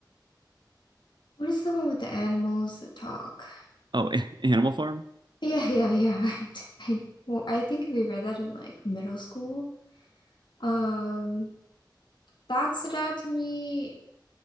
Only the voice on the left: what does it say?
what is the one with the animals that talk?
Yeah, yeah, yeah. <laughs> I, d- I- well, I think we read that in like middle school. Um, that stood out to me.